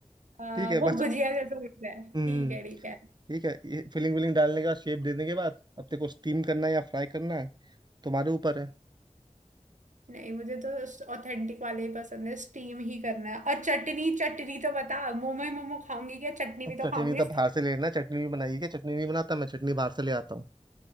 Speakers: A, on the right (about 85°); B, on the right (about 35°).
A: आ,
B: ठीक है बस
A: वो गुजिया जैसा दिखता है
B: हम्म
A: ठीक है ठीक है
B: ठीक है ये फिलिंग विलिंग डालने के बाद शेप देने के बाद अब तेरे को स्टीम करना है या फ्राई करना है तुम्हारे ऊपर है
A: नहीं मुझे तो ऑथेंटिक वाले ही पसंद है स्टीम ही करना है और चटनी चटनी तो बता मोमो ही मोमो खाऊंगी क्या चटनी
B: अब
A: भी
B: चटनी
A: तो खाऊंगी
B: तो बाहर से लेना है चटनी भी बनाई है क्या? चटनी नहीं बनाता मैं चटनी बाहर से ले आता हूँ